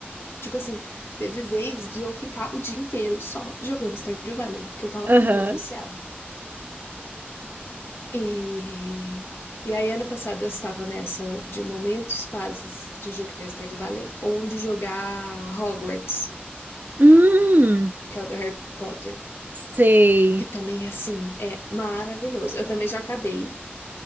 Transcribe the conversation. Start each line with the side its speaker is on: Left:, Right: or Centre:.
Left: Tipo assim, teve vez de eu ficar o dia inteiro só jogando Stardew Valley, porque eu tava
Right: aham.
Left: muito viciada. E, e aí, ano passado, eu estava nessa o- de momentos fases de jogar Stardew Valley ou de jogar Hogwarts,
Right: Hum.
Left: que é o do Harry Potter,
Right: Sei.
Left: que também, assim, é maravilhoso. Eu também já acabei,